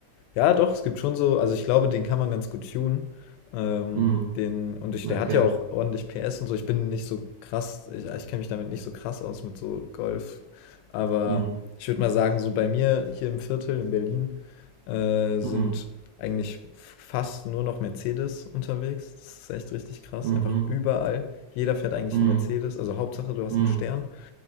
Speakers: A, on the left; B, on the right.
A: Ja, doch, es gibt schon so, also ich glaube, den kann man ganz gut tunen. Ähm,
B: Hm,
A: den, und ich,
B: okay.
A: der hat ja auch ordentlich PS und so. Ich bin nicht so krass, ich, ich kenne mich damit nicht so krass aus mit so Golf. Aber
B: Hm,
A: ich würde mal sagen, so bei mir hier im Viertel in Berlin äh, sind
B: hm,
A: eigentlich fast nur noch Mercedes unterwegs. Das ist echt richtig krass.
B: mhm,
A: Einfach überall. Jeder fährt eigentlich
B: hm,
A: einen Mercedes. Also Hauptsache, du hast
B: hm,
A: einen Stern.